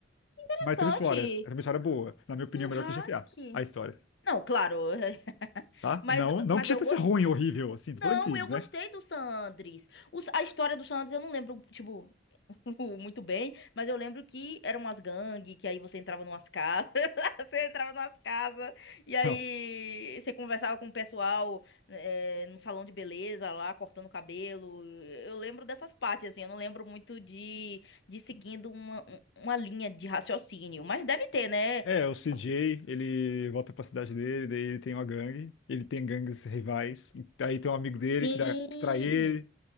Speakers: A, on the left; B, on the left.
A: interessante.
B: Mas tem uma história. É uma história boa. Na minha opinião,
A: Um
B: é melhor
A: hack.
B: que GTA. A A história,
A: Não, claro. <laughs>
B: tá?
A: Mas,
B: Não, não
A: mas
B: que GTA
A: eu gosto.
B: seja ruim, horrível, assim, tô
A: Não,
B: falando que,
A: eu
B: né?
A: gostei do Sandris. a história do Sandris eu não lembro, tipo, <laughs> muito bem, mas eu lembro que eram umas gangues, que aí você entrava numas casas, <laughs> você entrava numas casas, e aí
B: Não.
A: você conversava com o pessoal eh, no salão de beleza lá, cortando o cabelo. Eu lembro dessas partes, assim, eu não lembro muito de, de seguindo uma, uma linha de raciocínio, mas deve ter, né?
B: É, o CJ,
A: Só-
B: ele volta pra cidade dele, daí ele tem uma gangue, ele tem gangues rivais, e aí tem um amigo dele
A: Sim.
B: que, dá, que trai ele,